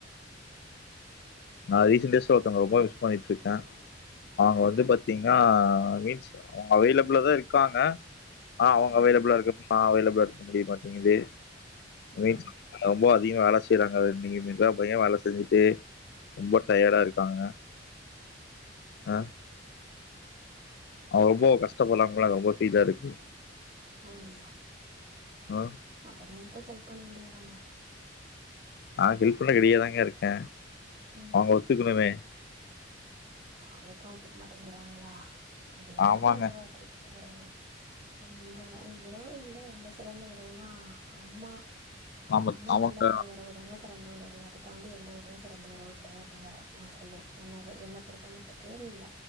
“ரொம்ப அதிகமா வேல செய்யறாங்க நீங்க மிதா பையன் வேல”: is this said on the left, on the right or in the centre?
Left